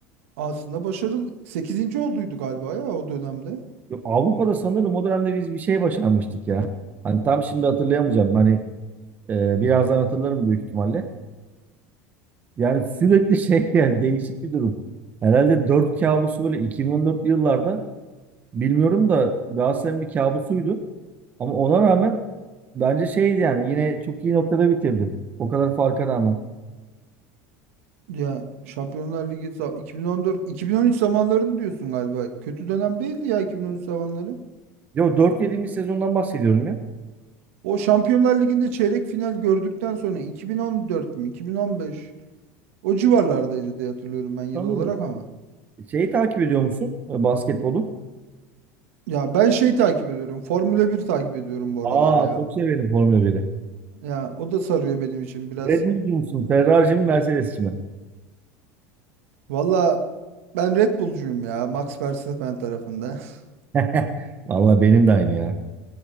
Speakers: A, on the right; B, on the right.
A: Aslında başarılı. sekizinci olduydu galiba ya o dönemde.
B: Yo, Avrupa'da sanırım o dönemde biz bir şey başarmıştık ya. Hani tam şimdi hatırlayamayacağım. Hani e, birazdan hatırlarım büyük ihtimalle. Yani sürekli şey <laughs> yani değişik bir durum. Herhalde 4 kabusu böyle 2014'lü yıllarda bilmiyorum da Galatasaray'ın bir kabusuydu. Ama ona rağmen bence şeydi yani yine çok iyi noktada bitirdi. O kadar farka rağmen.
A: Ya Şampiyonlar Ligi za- 2014 2013 zamanlarını diyorsun galiba. Kötü dönem değildi ya 2013 zamanları.
B: Yo 4 yediğimiz sezondan bahsediyorum ya.
A: O Şampiyonlar Ligi'nde çeyrek final gördükten sonra 2014 mü 2015 o civarlardaydı diye hatırlıyorum ben yıl
B: Sanırım.
A: olarak ama.
B: Şeyi takip ediyor musun? E, Basketbolu.
A: Ya ben şey takip ediyorum. Formula bir takip ediyorum bu
B: Aa
A: aralar ya.
B: çok severim Formula 1'i.
A: Ya o da sarıyor benim için biraz.
B: Red Bull'cu musun? Ferrari'ci mi? Mercedes'ci mi?
A: Valla ben Red Bull'cuyum ya. Max Verstappen tarafında. <laughs>
B: <laughs> Valla benim de aynı ya.